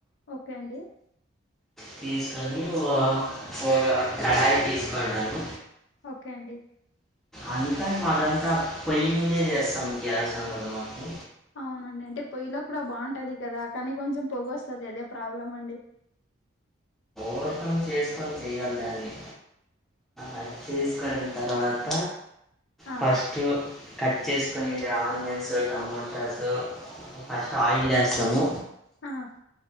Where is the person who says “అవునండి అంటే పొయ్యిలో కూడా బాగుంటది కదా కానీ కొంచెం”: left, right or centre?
Left